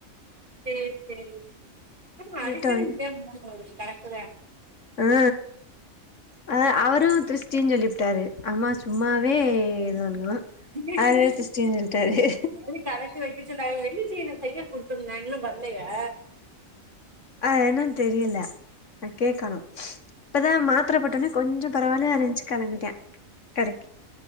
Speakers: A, on the right (about 35°); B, on the left (about 60°).
A: சரி சரி ஆஹ அதுக்கரி
B: விட்டோனே
A: ந கடக்குத
B: அ அத அவரு திரிஷ்டின் சொல்லிப்புட்டாரு அம்மா சும்மாவே இது பண்ணு
A: கரெக்ட்டுதா
B: அதுல திருஷ்டின் சொல் ட்டாரு
A: <unintelligible> கலட்டி வைக்க சொன்னாரு வெள்ளிச் செயின செய்ய குடுத்துருந்தாங்க இன்னு வரலையா
B: அது என்னன்னு தெரியல நா கேட்கணு இப்பதா மாத்தரப்போட்டோன கொஞ்சோ பரவால்ல அரஞ்ச்சு கெளம்பிட்டே கடைக்கி